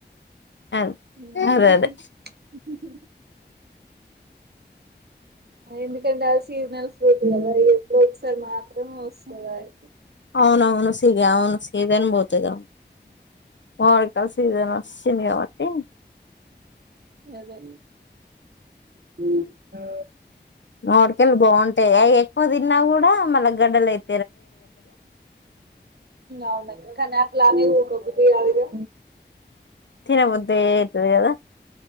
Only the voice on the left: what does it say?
అదే
అదే అదే
అవును అవును సిగా అవును సీజన్ బోతది అవును మామిడికాయల సీజన్ వచ్చింది కాబట్టి
మామిడికాయలు బాగుంటాయా ఎక్కువ దిన్నా కూడా మళ్ళ గడ్డలు అయితయ్
తినబుద్ధి అయితది కదా